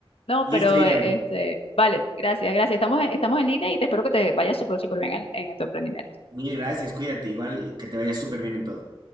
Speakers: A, on the left; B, on the right.
A: No,
B: Listo,
A: pero
B: Irian,
A: eh,
B: pues.
A: este, vale, gracias, gracias. Estamos en, estamos en línea y te espero que te vaya súper, súper bien en en tu emprendimiento.
B: Mil gracias, cuídate, igual que te vaya súper bien en todo.